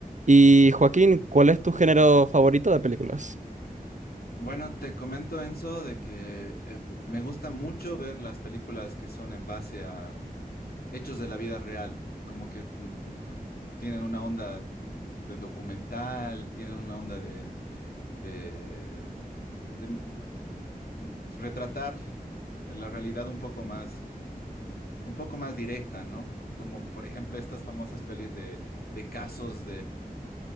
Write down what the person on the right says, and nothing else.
Y Joaquín, ¿cuál es tu género favorito de películas?